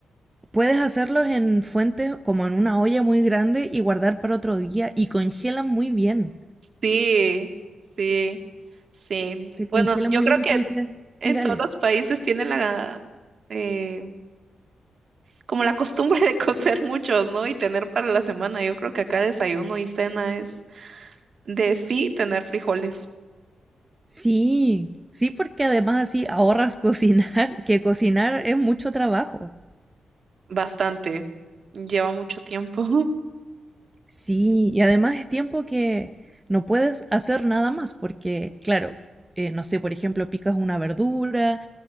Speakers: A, on the right (about 15°); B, on the right (about 60°).
A: Puedes hacerlos en fuentes como en una olla muy grande y guardar para otro día y congelan muy bien.
B: sí, sí, sí.
A: Se congelan
B: Bueno, yo
A: muy
B: creo
A: bien, entonces
B: que
A: sí,
B: en
A: dale.
B: todos los países tienen la, eh, como la costumbre <laughs> de cocer muchos, ¿no? Y tener para la semana. Yo creo que acá desayuno y cena es de sí tener frijoles.
A: Sí, sí, porque además así ahorras cocinar, <laughs> que cocinar es mucho trabajo.
B: Bastante. Lleva mucho tiempo.
A: Sí, y además es tiempo que no puedes hacer nada más porque, claro, eh, no sé, por ejemplo, picas una verdura,